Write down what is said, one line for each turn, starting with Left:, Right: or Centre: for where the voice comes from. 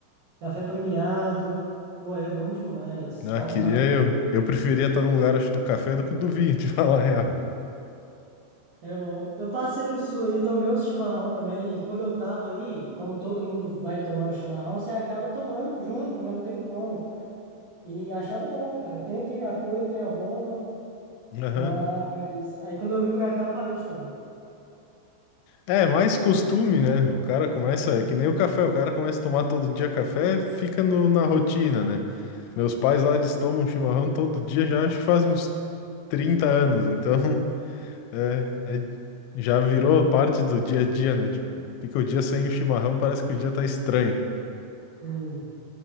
Right: café premiado. Pô, é bom demais,
Left: Ah,
Right: bom
Left: queria
Right: demais.
Left: eu. Eu preferia estar no lugar, acho, do café do que do vinho, <laughs> te falar a real.
Right: É bom. Eu passei no sul aí, tomei uns chimarrão também. E quando eu tava aí, como todo mundo vai tomando chimarrão, você acaba tomando junto, né? Não tem como. E achava bom, cara. Tem aqui a cuia, tem a bomba,
Left: Aham.
Right: mas aí quando eu vim pra cá, eu parei de tomar.
Left: É, mais costume, né? O cara começa,
Right: É,
Left: é que nem o café, o cara começa a tomar todo dia café, fica no- na rotina, né? Meus pais lá, eles tomam chimarrão todo dia, já acho que faz uns 30 anos, então <laughs> é, é- já virou parte do dia a dia, né? Tipo, fica o dia sem o chimarrão, parece que o dia tá estranho.
Right: sim.